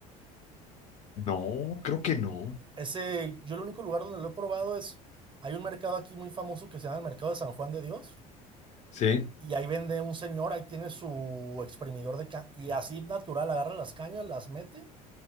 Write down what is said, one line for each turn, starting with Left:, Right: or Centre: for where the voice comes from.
Left: No, creo que no.
Right: Ese, yo el único lugar donde lo he probado es, hay un mercado aquí muy famoso que se llama el Mercado de San Juan de Dios.
Left: Sí,
Right: Y ahí vende un señor, ahí tiene su exprimidor de caña. Y así natural, agarra las cañas, las mete